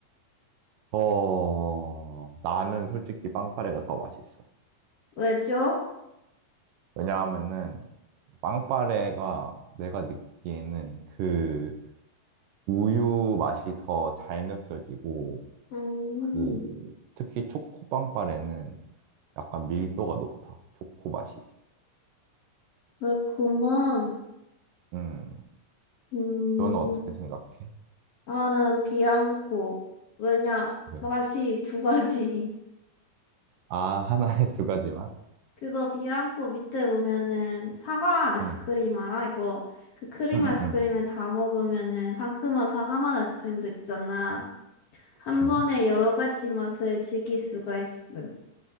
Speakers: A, on the right (about 80°); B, on the left (about 60°).
A: 어, 나는 솔직히 빵빠레가 더 맛있어.
B: 왜죠?
A: 왜냐하면은 빵빠레가 내가 느끼기에는 그 우유 맛이 더 잘 느껴지고
B: 음,
A: 그 특히 초코 빵빠레는 약간 밀도가 높아. 초코 맛이.
B: 그렇구먼.
A: 음.
B: 음.
A: 너는 어떻게 생각해?
B: 나는 비앙코. 왜냐,
A: 그래.
B: 맛이 두 가지.
A: 아, <laughs> 하나에 두 가지 맛?
B: <laughs> 그거 비앙코 밑에 보면은 사과 아이스크림
A: 응.
B: 알아? 이거 그 크림
A: 응,
B: 아이스크림에
A: 응, 응.
B: 다 먹으면은 상큼한 사과 맛 아이스크림도 있잖아.
A: 그치.
B: 한 번에 여러 가지 맛을 즐길 수가 있음.